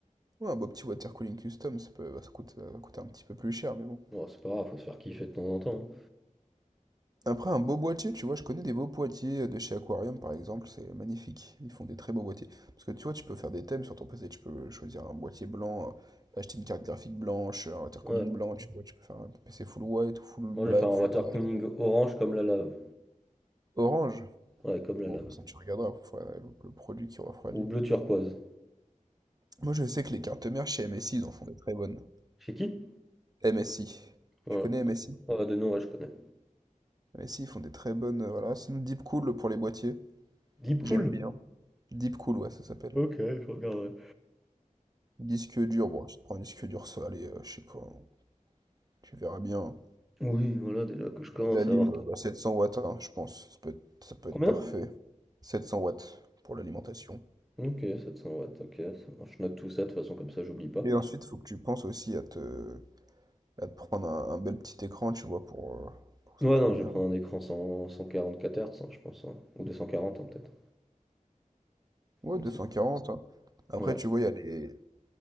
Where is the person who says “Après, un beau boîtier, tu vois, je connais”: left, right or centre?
Right